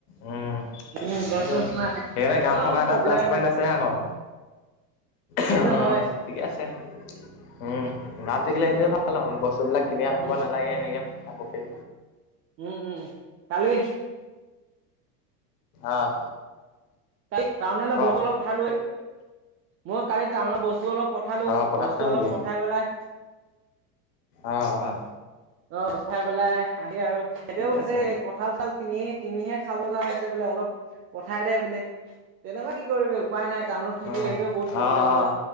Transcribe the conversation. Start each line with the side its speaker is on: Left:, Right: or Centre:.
Left: উম
Right: উম, গছ
Left: সেইটোয়েটো
Right: চছ নাই
Left: সেইকাৰণে
Right: একদম
Left: গাঁৱত থকা এটা
Right: প্ৰব্লেম
Left: প্লাছ পইণ্ট আছে আকৌ
Right: সেইটো
Left: অঁ
Right: হয়
Left: ঠিকে আছে উম গাঁৱত থাকিলে
Right: অ',
Left: সেইটোৱে ভাল আউ বস্তুবিলাক কিনি আ
Right: উম,
Left: ব নালাগে এনেকে খাব পাৰি
Right: উম উম কালি
Left: আহ
Right: কালি টাউনলে
Left: ক
Right: বস্তু অলপ ভৱালোৱে মই কালি টাউনৰ বস্তু অলপ পঠালো
Left: আহ পঠালা
Right: বস্তু
Left: নেকি?
Right: অলপ পঠাই পেলাই
Left: অ অহা
Right: অ চাই পেলাই আহে আৰু এতিয়াও
Left: ঠিকে
Right: হৈছে
Left: আছে
Right: কঁঠাল চঠাল কিনি কিনিহে খাব জা হৈছে বোলে অলপ পঠাই দে বোলে তেনেকুৱা কি কৰিবি উপায় নাই টাউনত থাকিলে
Left: অ
Right: এইটোৱে বহুত প্ৰব্লেম
Left: অ
Right: হয়
Left: অ